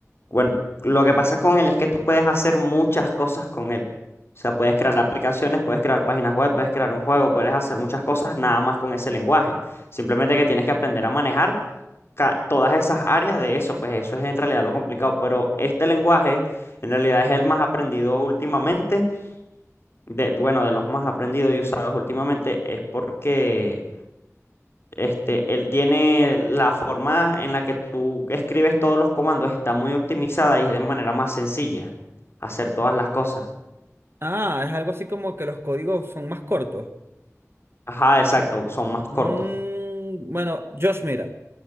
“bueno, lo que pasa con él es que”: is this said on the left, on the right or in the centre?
Left